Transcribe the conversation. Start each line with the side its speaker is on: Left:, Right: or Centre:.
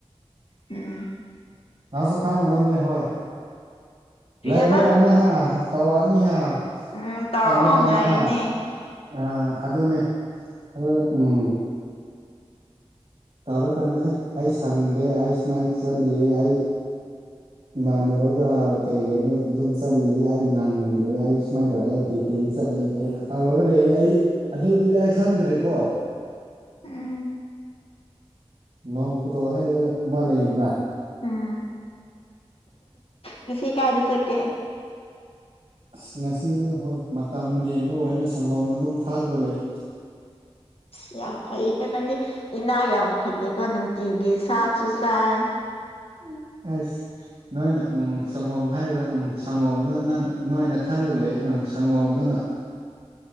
Left: ꯎꯝ
Right: ꯉꯁꯨ ꯈꯥꯗ ꯅ ꯍꯣꯏ
Left: ꯀ꯭ꯔꯤ
Right: ꯂꯩꯔ
Left: ꯍꯥꯏꯕ
Right: ꯀꯥꯟꯗ ꯍꯥ ꯇꯧꯔꯛꯑꯅꯤꯍ
Left: ꯎꯝ ꯇꯧꯔꯛꯑꯣ
Right: ꯄꯪꯅ ꯀꯗ
Left: ꯉꯥꯏꯔꯤꯅꯦ
Right: ꯍꯥꯏ ꯑ ꯑꯗꯨꯅꯦ ꯑꯗꯨ ꯎꯝ ꯇꯧꯔꯀꯥꯟꯗ ꯑꯩ ꯁꯪꯗꯦ ꯑꯩ ꯁꯨꯃꯥꯏꯅ ꯆꯠꯂꯤꯌꯦ ꯑꯩ ꯏꯃꯥꯟꯅꯕ ꯑꯃꯒ ꯀꯩꯒꯦꯅ ꯑꯗꯨꯝ ꯆꯠꯂꯤꯌꯦ ꯑꯩ ꯅꯪꯗ꯭ꯔꯔꯤ ꯑꯩ ꯁꯨꯃꯥꯏꯅ ꯇꯧꯔꯦ ꯑꯩ ꯕꯤꯇꯡ ꯆꯠꯂꯤꯒꯦꯅ ꯇꯧꯔꯒ ꯂꯩ ꯑꯩ ꯑꯗꯨꯗꯨꯗꯤ ꯑꯩ ꯈꯪꯗ꯭ꯔꯤꯀꯣ
Left: ꯎꯝ
Right: ꯅꯣꯡ ꯐꯨꯗꯣꯛ ꯍꯥꯏꯕ ꯑꯃ ꯂꯩꯗꯅ
Left: ꯎꯝ ꯉꯁꯤ ꯀꯥꯏꯗ ꯆꯛꯀꯦ
Right: ꯑꯁ ꯉꯁꯤꯗꯤ ꯍꯣꯏ ꯃꯇꯝ ꯂꯦꯟꯕ ꯑꯣꯏꯅ ꯁꯪꯒꯣꯝ ꯑꯗꯨꯝ ꯊꯥꯛꯑꯒ ꯂꯩ
Left: ꯑ ꯌꯥꯝ ꯐꯩ ꯀꯣ ꯅꯪꯗꯤ ꯏꯅꯥ ꯌꯥꯝ ꯈꯨꯜꯂꯦꯀꯣ ꯅꯨꯡꯇꯤꯒꯤ ꯁꯥꯁꯨ ꯆꯥꯏ
Right: <inaudible> ꯑꯁ ꯅꯣꯏꯅ ꯎꯪ ꯁꯪꯒꯣꯝ ꯍꯥꯏꯔꯒ ꯎꯪ ꯁꯪꯒꯣꯝꯗ ꯅꯪ ꯅꯣꯏꯅ ꯈꯜꯂꯒ ꯂꯩ ꯎꯪ ꯁꯪꯒꯣꯝꯗꯨꯅ